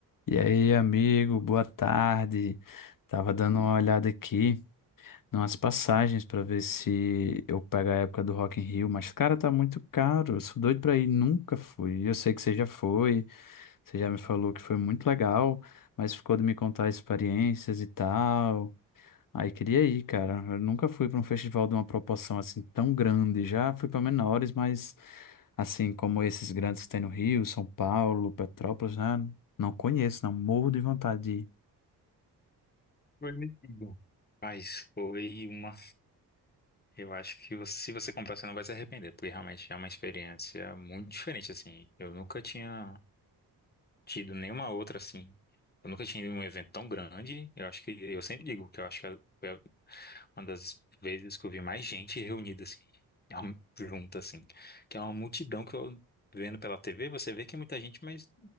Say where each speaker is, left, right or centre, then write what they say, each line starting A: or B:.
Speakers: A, on the left; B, on the left.
A: E aí, amigo, boa tarde. Tava dando uma olhada aqui nas passagens para ver se eu pego a época do Rock in Rio, mas cara, tá muito caro. Eu sou doido pra ir, nunca fui. Eu sei que você já foi, você já me falou que foi muito legal, mas ficou de me contar experiências e tal. Aí queria ir, cara. Eu nunca fui pra um festival de uma proporção assim tão grande. Já fui pra menores, mas assim como esses grandes que tem no Rio, São Paulo, Petrópolis, né? Não conheço, não. Morro de vontade.
B: Foi metido. Mas foi uma. Eu acho que você- se você comprar, você não vai se arrepender, porque realmente é uma experiência muito diferente, assim. Eu nunca tinha tido nenhuma outra, assim. Eu nunca tinha ido em um evento tão grande. Eu acho que. Eu sempre digo que eu acho que foi a- uma das vezes que eu vi mais gente reunida, assim, <laughs> am- junta, assim. Que é uma multidão que eu vendo pela TV, você vê que é muita gente, mas